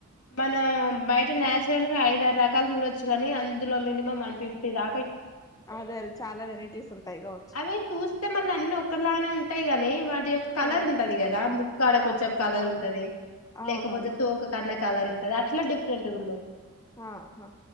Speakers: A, on the left (about 75°); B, on the left (about 15°).
A: మనం బయట నచరల్ గా ఐద ఆరు రకాలు చూడొచ్చు కని అందులో మినిమం వన్ ఫిఫ్టీ దా
B: అదే అదే చాలా వెరెటీస్ ఉంటయి ఒ
A: అవి చూస్తే మళ్ళ అన్ని ఒక్కలానే ఉంటయి గానీ వా <unintelligible> కలర్
B: ఆ
A: ఉంటది కదా ముక్క కాడ
B: ఆ
A: కొంచెం కలర్ ఉంటది
B: అవునవును
A: లేకపోతే తోక కన్నా కలర్ ఉంటది అట్లా డిఫరెంట్ ఉంది
B: ఆ హా